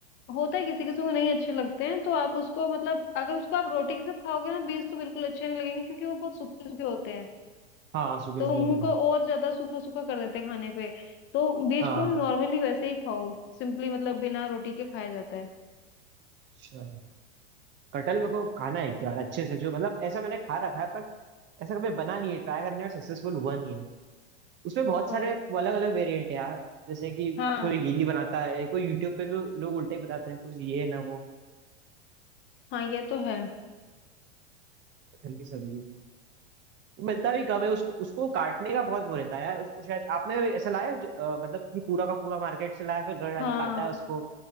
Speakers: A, on the left; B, on the right.
A: होता है किसी किसी को नहीं अच्छे लगते हैं तो आप उसको मतलब अगर उसको आप रोटी के साथ खाओगे ना बीज तो बिल्कुल अच्छे नहीं लगेंगे क्योंकि वो बहुत सूखे सूखे होते हैं
B: हाँ सूखे
A: तो
B: सूखे
A: वो मुंह
B: होते हैं
A: को और ज्यादा सूखा सूखा कर देते हैं खाने पे तो बीज
B: हाँ
A: को नॉर्मली वैसे ही खाओ सिंपली मतलब बिना रोटी के खाया जाता है
B: अच्छा कटहल मेरे को खाना है एक बार अच्छे से जो मतलब ऐसा मैंने खा रखा है पर ऐसा कभी बना नहीं है ट्राई करने में सक्सेसफुल हुआ नहीं है उसमें बहुत
A: कोई
B: सारे अलग अलग वेरिएंट है यार जैसे कि
A: हाँ
B: कोई गीली बनाता है कोई यूट्यूब पे भी लोग उल्टे ही बताते हैं कुछ ये ना वो
A: हाँ ये तो है
B: कटहल की सब्जी मिलता भी कम है उसको उसको काटने का बहुत वो रहता है यार उसको शायद आपने ऐसा लाया है जो, अ, मतलब कि पूरा का पूरा मार्केट से लाया फिर घर आके
A: हाँ
B: काटा है उसको